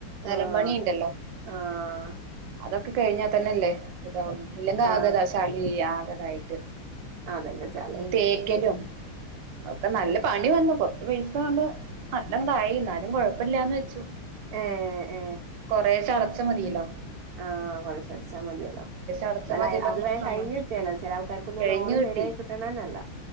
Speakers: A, on the right (about 75°); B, on the right (about 90°).
A: നെലമ്പണിണ്ടല്ലോ
B: ആഹ് ആഹ്
A: അതൊക്കെ കഴിഞ്ഞാൽ തന്നെല്ലേ ഇതാവുന്നു ഇല്ലെങ്കി
B: ആഹ്
A: ആഗതാ ചളി ആഗതായിട്ട്
B: അതന്നെ ചളി
A: തേക്കലും ഒക്കെ നല്ല പണി വന്നു കൊറച്ച് പൈസ ണ്ട് നല്ലം തായി എന്നാലും കുഴപ്പല്ലാന്ന് വെച്ചു
B: ഹെ
A: കൊറേഷെ അടച്ച മതിയലോ
B: ആ കൊറേശേ അടച്ചാൽ മതിയല്ലോ
A: അടച്ച
B: ന്നാലും
A: മതിയല്ലോ
B: അത്
A: എന്നുള്ള
B: വേം കയിഞ്
A: സമാധാനം
B: കിട്ടിയലോ ചെല ആൾക്കാർക്കൊന്നും
A: കഴിഞ്ഞു
B: ലോണ്
A: കിട്ടി
B: ശരിയായി കിട്ടണന്നല്ല